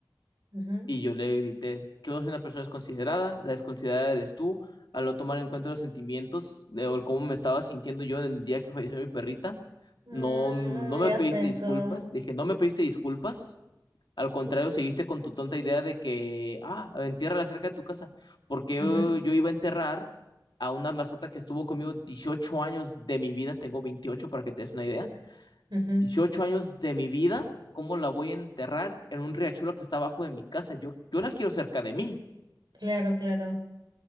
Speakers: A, on the right; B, on the left.
A: ujú.
B: y yo le grité, yo soy una persona desconsiderada, la desconsiderada eres tú, al no tomar en cuenta los sentimientos de, o el cómo me estaba sintiendo yo el día que falleció mi perrita.
A: Mm,
B: No, no
A: no me
B: me
A: digas
B: pediste
A: eso.
B: disculpas, dije, no me pediste disculpas al contrario, seguiste con tu tonta idea de que, ah, entiérrala cerca de tu casa, porque yo,
A: Ujú,
B: yo iba a enterrar a una mascota que estuvo conmigo 18 años de mi vida, tengo 28 para que te des una idea,
A: ujú.
B: 18 años de mi vida, ¿cómo la voy a enterrar en un riachuelo que está abajo de mi casa? Yo, yo la quiero cerca de mí.
A: Claro, claro.